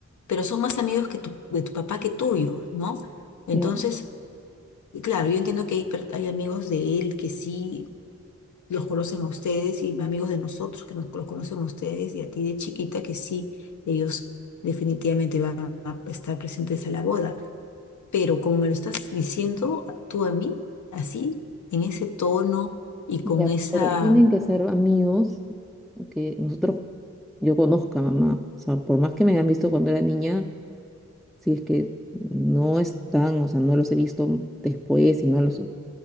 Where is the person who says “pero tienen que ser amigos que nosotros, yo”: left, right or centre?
Centre